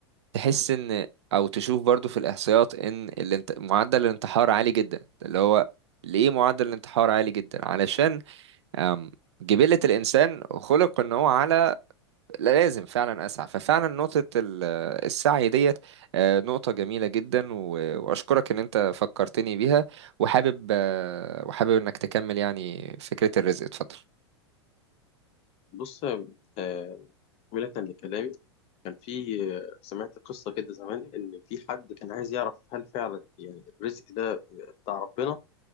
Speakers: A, on the right; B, on the left.
A: تحس ان او تشوف برضو في الاحصائيات ان الانت- معدل الانتحار عالي جدا اللي هو ليه معدل الانتحار عالي جدا علشان آم، جبلة الانسان خلق ان هو على لا لازم فعلا اسعى ففعلا نقطة ال- السعي ديت آه، نقطة جميلة جدا و- واشكرك ان انت فكرتني بيها وحابب آه، وحابب انك تكمل يعني فكرة الرزق اتفضل
B: بص آه، ملة لكلامي كان في سمعت قصة كده زمان إن في حد كان عايز يعرف هل فعلا يعني الرزق ده بتاع ربنا